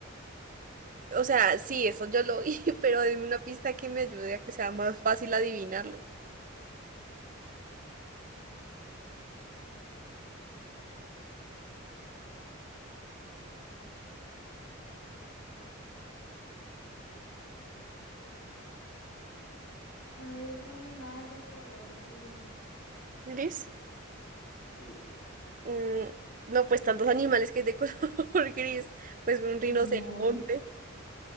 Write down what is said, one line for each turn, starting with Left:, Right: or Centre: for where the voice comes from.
Right: O sea, sí, eso yo lo oí, <laughs> pero dime una pista que me ayude a que sea más fácil adivinarlo.
Left: A ver, es un animal de color gris.
Right: ¿Gris?
Left: Sí.
Right: Mm, no, pues tantos animales que hay de color <laughs> gris. Pues un rinoceronte.
Left: No.